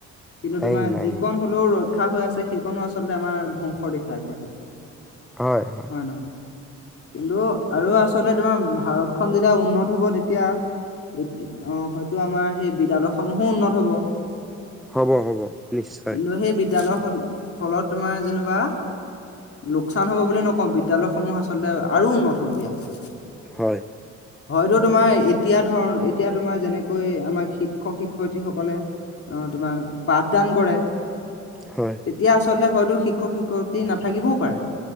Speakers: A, on the left; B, in the centre.
A: কিন্তু
B: নাই
A: তোমাৰ
B: নাই
A: যিকণ হলেও ৰক্ষা হৈ আছে, সেইকণো আচলতে আমাৰ ধ্বংসৰ দিশে আগবাঢ়িব।
B: হয়- হয়।
A: কিন্তু আৰু আচলতে তোমাৰ ভাৰতখন যেতিয়া উন্নত হ'ব, তেতিয়া এতি অ, হয়তো আমাৰ সেই বিদ্যালয়সমূহো উন্নত হ'ব।
B: হ'ব- হ'ব নিশ্চয়।
A: কিন্তু সেই বিদ্যালয়, ফলত তোমাৰ যেনিবা লোকচান হ'ব বুলি নকওঁ, বিদ্যয়ালয়সমূহ আচলতে আৰু উন্নত হ'ব ইয়াতকৈ।
B: হয়।
A: হয়তো তোমাৰ এতিয়া ধৰণ এতিয়া তোমাৰ যেনেকৈ আমাৰ শিক্ষক- শিক্ষয়িত্ৰীসকলে অ, তোমাৰ পাঠদান কৰে।
B: হয়।
A: তেতিয়া আচলতে হয়তো শিক্ষক- শিক্ষয়িত্ৰী নাথাকিবও পাৰে।